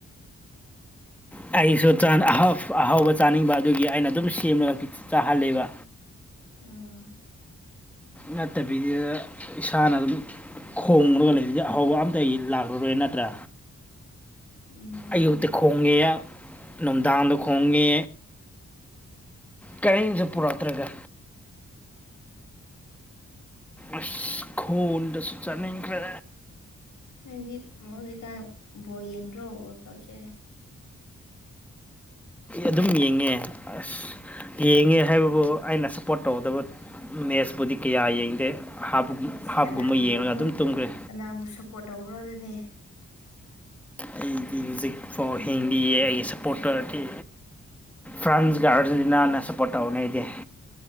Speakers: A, in the centre; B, on the left.
A: ꯑꯩꯁꯨ ꯑꯍꯥꯎꯕ ꯆꯥꯅꯤꯡꯕ ꯑꯗꯨꯒꯤ ꯑꯩꯅ ꯑꯗꯨꯝ ꯁꯦꯝꯃꯒ ꯆꯥꯍꯜꯂꯤꯕ
B: ꯑꯣ
A: ꯅꯠꯇꯕꯤꯗꯨꯗ ꯏꯁꯥꯅ ꯑꯗꯨꯝ ꯈꯣꯡꯂꯒ ꯂꯩꯔꯤꯗꯤ ꯑꯍꯧꯕ ꯑꯝꯇ ꯂꯥꯛꯂꯔꯣꯏ ꯅꯠꯇ꯭ꯔꯥ
B: ꯎꯝ
A: ꯑꯌꯨꯛꯇ
B: ꯑꯗꯨꯅꯦ
A: ꯈꯣꯡꯉꯦ ꯅꯨꯡꯗꯥꯡꯗ ꯈꯣꯡꯉꯦ ꯀꯔꯦꯟꯁꯦ ꯄꯨꯔꯛꯇ꯭ꯔꯒ ꯑꯁ ꯈꯣꯟꯗꯁꯨ ꯆꯥꯅꯤꯡꯈ꯭ꯔꯦ
B: ꯅꯪꯗꯤ ꯍꯧꯖꯤꯛꯀꯥꯟ ꯕꯣꯜ ꯌꯦꯡꯗ꯭ꯔꯣ ꯋꯥꯔꯜ ꯀꯞꯁꯦ
A: ꯑꯗꯨꯝ ꯌꯦꯡꯉꯦ ꯑꯁ ꯌꯦꯡꯉꯦ ꯍꯥꯏꯕꯕꯨ ꯑꯩꯅ ꯁꯞꯄꯣꯔꯠ ꯇꯧꯒꯗꯕ ꯃꯦꯠꯁꯄꯨꯗꯤ ꯀꯌꯥ ꯌꯦꯡꯗꯦ ꯍꯥꯞ
B: ꯑꯁ
A: ꯍꯥꯞꯀꯨꯝꯕ
B: ꯀꯅꯥꯕꯨ
A: ꯌꯦꯡꯉꯒ
B: ꯑꯃꯨꯛ
A: ꯑꯗꯨꯝ ꯇꯨꯝꯈ꯭ꯔꯦ
B: ꯀꯅꯥꯕꯨ ꯁꯞꯄꯣꯔꯠ ꯇꯧꯕ꯭ꯔꯣꯗꯗꯤ
A: ꯑꯩꯒꯤ ꯃ꯭ꯌꯨꯖꯤꯛ ꯐꯥꯎ ꯍꯤꯡꯂꯤꯑ ꯑꯩꯒꯤ ꯁꯞꯄꯣꯔꯇꯔꯗꯤ ꯐ꯭ꯔꯥꯟꯁꯒ ꯑꯥꯔꯖꯦꯟꯇꯤꯅꯥꯅ ꯁꯞꯄꯣꯔꯠ ꯇꯧꯔꯅꯤ ꯑꯩꯗꯤ